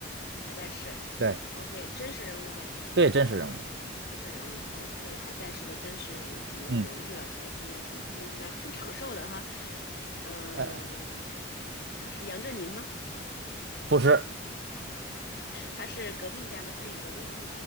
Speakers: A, on the left; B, on the right.
A: 还在世。
B: 对
A: OK，真实人物吗？
B: 对，真实人物。
A: 真实人物。OK，还在世的真实人物。你又犹豫了，
B: 嗯，
A: 说近代现，那应该挺长寿的哈。嗯、
B: 呃，
A: 他是杨振宁吗？
B: 不是，
A: 他是革命家吗？参与革命吗？